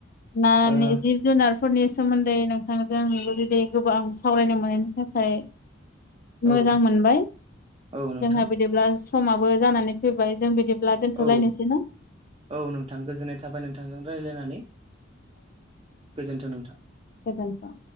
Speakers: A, on the left; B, on the right.
A: ना
B: ओ
A: जिब जुनारफोरनि सोमोन्दै नोंथांजों बिदि गोबां सावरायनो मोनो <unintelligible>
B: औ
A: मोजां मोनबाय
B: औ नोंथां
A: जोंहा बिदिब्ला समाबो जानानै फैबाय। जों बिदिब्ला दोनथ'लायनोसै
B: औ
A: ना
B: औ नोंथां गोजोननाय थाबाय नोंथांजों रायज्लायनानै। गोजोनथों नोंथां।
A: गोजोनथों।